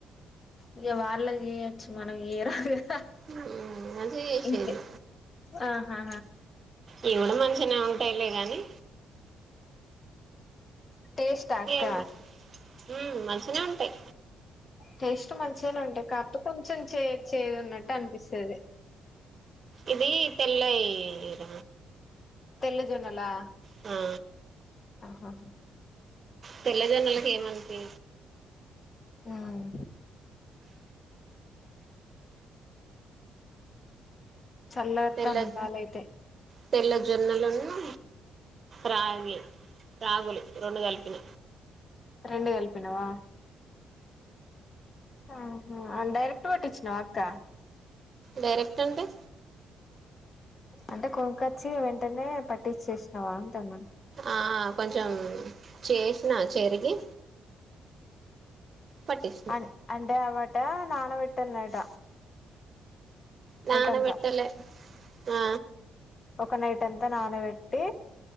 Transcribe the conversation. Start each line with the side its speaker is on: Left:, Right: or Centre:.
Left: ఇక వాళ్ళకి చేయొచ్చు మనం చేయరాదు కదా
Right: మ్మ్ మంచిగా చేసేది
Left: ఇంతే ఆహా
Right: ఇవి కూడా మంచిగా ఉంటాయిలే గాని
Left: టేస్టా అక్క
Right: ఏం ఉమ్ మంచినే ఉంటాయి
Left: టేస్ట్ మంచిగానే ఉంటాయి కాపో కొంచెం చే చేదున్నట్టు అనిపిస్తది
Right: ఇది తెల్ ఇద
Left: తెల్ల జొన్నలా
Right: ఆ
Left: ఆహా
Right: తెల్ల జొన్నలకి ఏమంటి
Left: ఆ <inaudible> చల్లగొత్తంది
Right: తెల్ల
Left: గాలయితే
Right: తెల్ల జొన్నలునును రాగి రాగులు రెండు కలిపిన
Left: రెండు కలిపినవా ఆహా డైరెక్ట్ పట్టిచ్చినవ అక్క
Right: డైరెక్ట్ అంటే
Left: అంటే కొనుకొచ్చి వెంటనే పట్టిచేసినావా అంటునా
Right: ఆ కొంచెం చేసినా చెరిగి పట్టించిన
Left: అన్ అంటే అవాట నానబెట్టన్నాట
Right: నాన
Left: అంతా
Right: పేట్టలే ఆ
Left: ఒక నైట్ అంతా నానబెట్టి